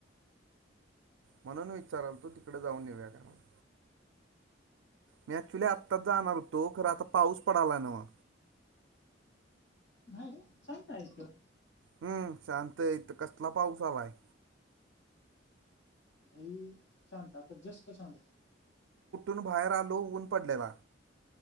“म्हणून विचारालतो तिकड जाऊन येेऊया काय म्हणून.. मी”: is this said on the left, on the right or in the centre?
Right